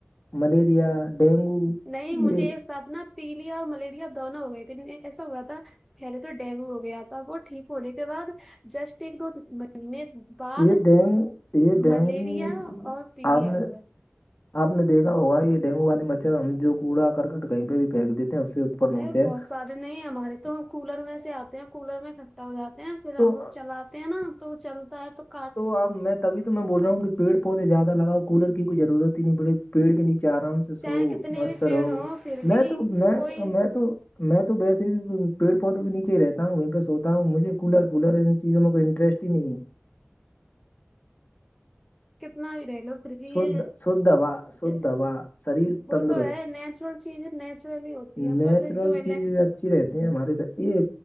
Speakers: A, on the left; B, in the centre.
A: ملیریا ڈینگو
B: نہیں
A: یہ
B: مجھے ایک ساتھ نا پیلیا اور ملیریا دونوں ہو گئے تھے ایسا ہوا تھا پہلے تو ڈینگو ہو گیا تھا وہ ٹھیک ہونے کے بعد جسٹ ایک دو منے بعد
A: یہ ڈینگو یہ ڈینگو
B: ملیریا اور پیلیا
A: آپ نے
B: ہوا
A: اپ نے دیکھا ہوگا یہ ڈینگو والے مچھر ہم جو کوڑا کرکٹ کہیں پہ بھی پھینک دیتے ہیں اس سے اتپن
B: ارے
A: ہوتے ہیں
B: بہت سارے نہیں ہمارے تو ہم کولر میں سے اتے ہیں کولر میں اکٹھا ہو جاتے ہیں پھر
A: تو
B: ہم وہ چلاتے ہیں نا تو وہ چلتا ہے تو پھر
A: تو اپ میں تبھی میں بول رہا ہوں کہ پیڑ پودے زیادہ لگاؤ کولر کی کوئی ضرورت ہی نہیں پیڑ کے نیچے ارام سے سو
B: چاہے کتنے
A: مست
B: بھی پیڑ
A: رہو
B: ہوں پھر بھی
A: میں تو میں
B: کوئی
A: میں تو میں تو ویسے ہی پیڑ پودوں نیچےہی رہتا ہوں وہیں پہ سوتا ہوں مجھے کولر فولر ان چیزوں میں کوئی انٹرسٹ ھی نہیں ہے
B: کتنا بھی رہ لو پھر بھی
A: سود
B: یہ
A: سدوا سدوا
B: ج-
A: شریر
B: وہ
A: تندرست
B: تو ہے نیچرل چیز نیچرلی ہوتی ہے
A: نیچرل
B: پر جو الے
A: چیز اچھی رہتی ہیں ہمارے ساتھ یہ